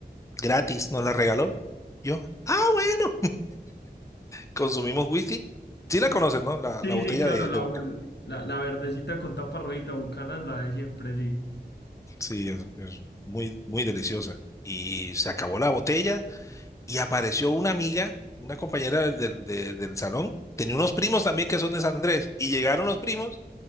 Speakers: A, on the left; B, on the left.
A: Gratis, nos la regaló. Yo, ah, bueno, consumimos whisky. Sí la conoces, ¿no? La,
B: Sí,
A: la botella
B: sí, claro,
A: de,
B: la,
A: de Buchanan's.
B: u- la, la verdecita con tapa rojita, Bucanas, la de siempre, sí.
A: Sí, es, es muy, muy deliciosa. Y se acabó la botella y apareció una amiga, una compañera del, del del salón. Tenía unos primos también que son de San Andrés y llegaron los primos